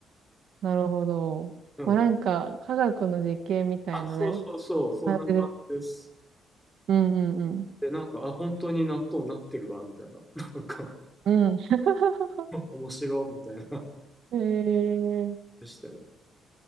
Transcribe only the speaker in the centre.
でも、
あ、そうそうそう、そんな感じです。
で、なんか、あ、本当に納豆になってるわ、みたいな。なんか、
面白いみたいな、
でしたよ。